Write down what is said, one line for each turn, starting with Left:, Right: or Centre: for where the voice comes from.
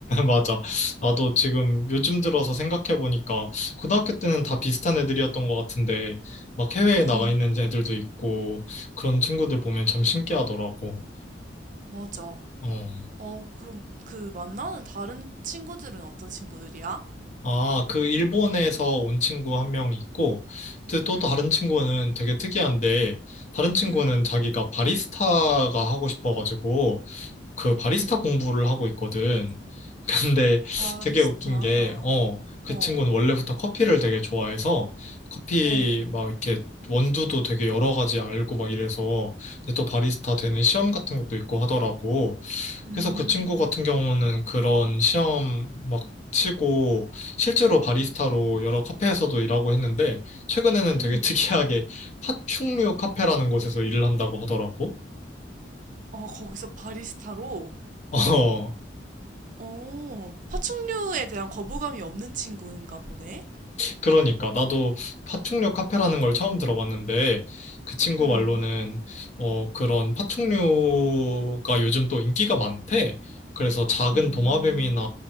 Left: 맞아. 나도 지금 요즘 들어서 생각해보니까 고등학교 때는 다 비슷한 애들이었던 것 같은데 막 해외에
Right: 음,
Left: 나가 있는 애들도 있고 그런 친구들 보면 참 신기하더라고.
Right: 맞아.
Left: 어.
Right: 어, 그럼 그 만나는 다른 친구들은 어떤 친구들이야?
Left: 아, 그 일본에서 온 친구 한 명 있고, 이제 또
Right: 음,
Left: 다른 친구는 되게 특이한데, 다른 친구는
Right: 음,
Left: 자기가 바리스타가 하고 싶어가지고, 그 바리스타
Right: 음.
Left: 공부를 하고 있거든. <laughs> 근데
Right: 바리스타.
Left: 되게 웃긴 게, 어, 그
Right: 어,
Left: 친구는 원래부터 커피를 되게 좋아해서, 커피
Right: 어,
Left: 막 이렇게 원두도 되게 여러 가지 알고 막 이래서, 근데 또 바리스타 되는 시험 같은 것도 있고 하더라고.
Right: 음,
Left: 그래서 그 친구 같은 경우는 그런 시험 막 치고 실제로 바리스타로 여러 카페에서도 일하고 했는데 최근에는 되게
Right: 음.
Left: <laughs> 특이하게 파충류 카페라는 곳에서 일을 한다고 하더라고.
Right: 어, 거기서 바리스타로?
Left: <laughs> 어.
Right: 어, 파충류에 대한 거부감이 없는 친구인가 보네.
Left: 그러니까 나도 파충류 카페라는 걸 처음 들어봤는데 그 친구
Right: 음,
Left: 말로는 어 그런 파충류가 요즘 또 인기가 많대. 그래서 작은
Right: 음,
Left: 도마뱀이나